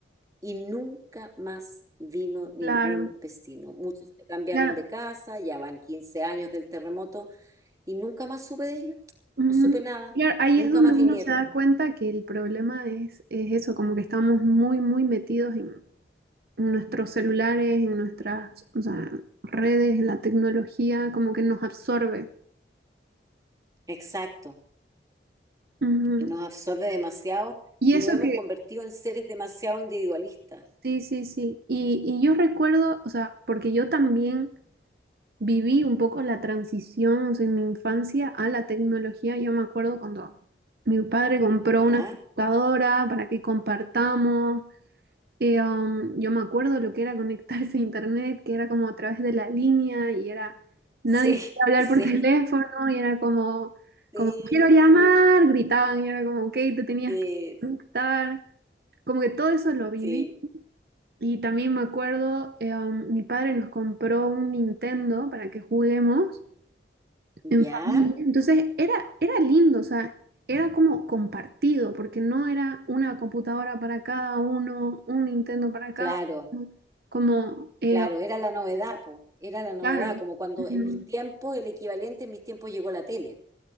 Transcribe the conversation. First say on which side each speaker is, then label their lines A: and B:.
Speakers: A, on the right; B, on the right.
A: y nunca más vino ningún
B: Claro,
A: vecino. Muchos se cambiaron
B: claro,
A: de casa, ya van 15 años del terremoto, y nunca más supe de ellos,
B: ujú.
A: no supe nada,
B: Claro, ahí
A: nunca
B: es donde
A: más
B: uno
A: vinieron.
B: se da cuenta que el problema es, es eso, como que estamos muy, muy metidos en, nuestros celulares, en nuestras, o sea, redes, en la tecnología, como que nos absorbe.
A: Exacto,
B: Ujú.
A: nos absorbe demasiado
B: Y
A: y
B: eso
A: nos hemos
B: que,
A: convertido en seres demasiado individualistas,
B: sí, sí, sí. Y, y yo recuerdo, o sea, porque yo también viví un poco la transición, o sea, en mi infancia a la tecnología. Yo me acuerdo cuando mi padre compró
A: ¿ya?
B: una computadora para que compartamos. Eh, um, yo me acuerdo lo que era conectarse a internet, que era como a través de la línea y era
A: Sí,
B: nadie podía
A: <laughs>
B: hablar
A: sí,
B: por <laughs> teléfono y era como,
A: sí,
B: como quiero llamar, gritaban y era como, ok, te tenías
A: sí,
B: que conectar. Como que todo eso lo viví.
A: sí,
B: Y también me acuerdo, eh, um, mi padre nos compró un Nintendo para que juguemos en
A: ¿ya?
B: familia. Entonces era, era lindo, o sea, era como compartido, porque no era una computadora para cada uno, un Nintendo para cada
A: Claro,
B: uno. Como, eh,
A: claro, era la novedad, po, era la novedad,
B: claro.
A: como cuando
B: Ujú,
A: en mis tiempos, el equivalente en mis tiempos llegó la tele.